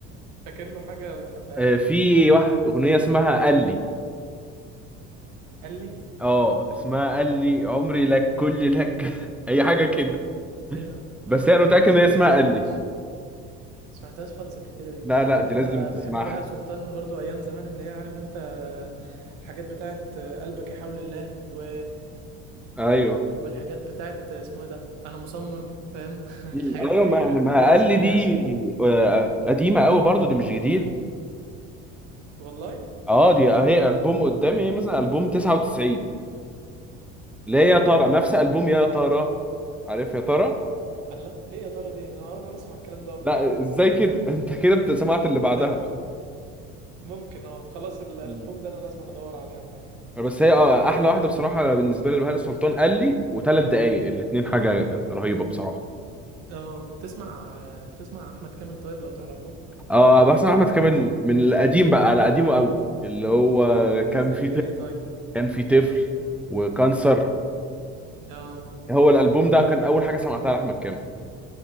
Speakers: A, on the right; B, in the centre.
A: فاكر له حاجة بتحبها
B: آه،
A: له؟
B: في واحد اغنيه اسمها قال لي
A: قال لي
B: اه اسمها قال لي عمري لك كلي لك <laughs> اي حاجه كده
A: ايه ده
B: بس
A: ما
B: انا متاكد
A: ما
B: ان هي اسمها
A: ما سمعتهاش
B: قال لي
A: سمعتهاش خالص قبل كده دي
B: لا لا
A: انت عارف
B: دي لازم
A: انا
B: تسمعها
A: بحب بهاء سلطان برضو ايام زمان اللي هي عارف انت الحاجات بتاعت قلبك يحاول الله و
B: ايوه
A: والحاجات بتاعت اسمه ايه ده انا مصمم فاهم <laughs> الحاجات
B: مم،
A: دي
B: ايوه ما ما
A: دي بالنسبه
B: قال لي
A: لي
B: دي
A: عشق
B: آه، قديمه قوي برضو دي مش جديد
A: والله
B: اه دي اهي البوم قدامي هي مثلا البوم 99 لا
A: اه
B: يا ترى نفس البوم يا ترى عارف يا ترى
A: الله ايه يا ترى دي انا اول مره اسمع الكلام ده والله
B: لا ازاي كده <laughs> انت كده بت- سمعت
A: <laughs>
B: اللي بعدها
A: ده
B: بقى
A: ممكن اه خلاص ال- الالبوم
B: مم.
A: ده انا لازم ادور عليه عامه
B: بس هي آه، احلى واحده بصراحه بالنسبه لي بهاء سلطان قال لي وثلاث دقايق الاثنين حاجه رهيبه بصراحه
A: اه بتسمع بتسمع احمد كامل طيب لو تعرفه
B: اه بس احمد كامل من القديم بقى على قديمه قوي اللي هو كان
A: زي
B: في طفل
A: ايه طيب
B: كان في طفل وكانسر
A: اه
B: هو الالبوم ده كان اول حاجه سمعتها لاحمد كامل